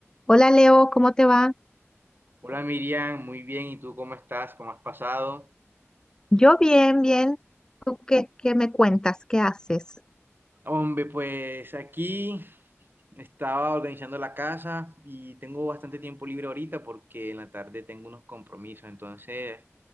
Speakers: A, on the left; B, on the right.
A: Hola Leo, ¿cómo te va?
B: Hola Miriam, muy bien. ¿Y tú cómo estás? ¿Cómo has pasado?
A: Yo bien, bien. ¿Tú qué, qué me cuentas? ¿Qué haces?
B: Hombre, pues aquí estaba organizando la casa y tengo bastante tiempo libre ahorita porque en la tarde tengo unos compromisos. Entonces